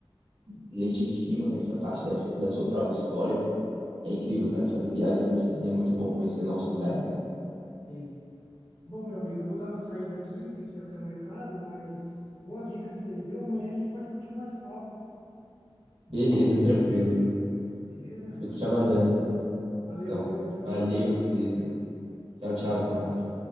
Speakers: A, on the right; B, on the left.
A: legitima essa parte da, his- da sua própria história. É incrível, cara, fazer viagens assim, é muito bom conhecer novos lugares, né?
B: Sim. Bom, meu amigo, eu vou dar uma saída aqui, tem que ir até o mercado, mas boas dicas que você me deu. Amanhã a gente pode continuar esse papo,
A: Beleza, tranquilo.
B: beleza?
A: Eu
B: Então,
A: fico te aguardando,
B: valeu,
A: então.
B: Igor. Tchau,
A: Valeu,
B: tchau.
A: meu querido. Tchau, tchau, até mais.